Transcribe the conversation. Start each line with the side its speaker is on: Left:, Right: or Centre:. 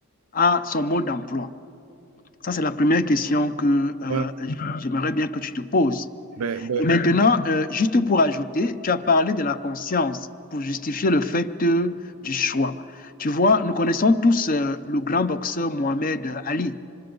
Left: à son mode d'emploi ça, c'est la première question que euh,
Right: Ouais,
Left: j'aimerais bien que tu te poses.
Right: ben, ben,
Left: Et maintenant, euh, juste pour ajouter, tu as parlé de la conscience pour justifier le fait euh, du choix. Tu vois, nous connaissons tous euh, le grand boxeur Mohamed Ali,